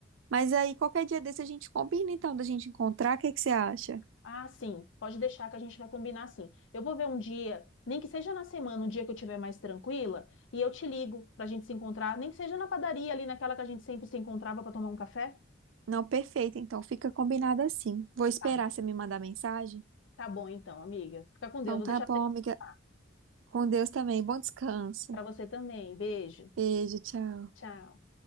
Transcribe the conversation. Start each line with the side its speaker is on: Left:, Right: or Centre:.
Right: Mas aí, qualquer dia desse a gente combina então da gente encontrar, o que que você acha?
Left: Ah, sim, pode deixar que a gente vai combinar assim. Eu vou ver um dia, nem que seja na semana, um dia que eu estiver mais tranquila, e eu te ligo para a gente se encontrar, nem que seja na padaria ali, naquela que a gente sempre se encontrava para tomar um café.
Right: Não, perfeito, então fica combinado assim. Vou esperar
Left: Tá bom.
Right: você me mandar mensagem.
Left: Tá bom, então, amiga. Fica com
Right: Então
Left: Deus, vou
Right: tá
Left: deixar
Right: bom,
Left: você descansar.
Right: amiga. Com Deus também. Bom descanso.
Left: Para você também. Beijo.
Right: Beijo, tchau.
Left: Tchau.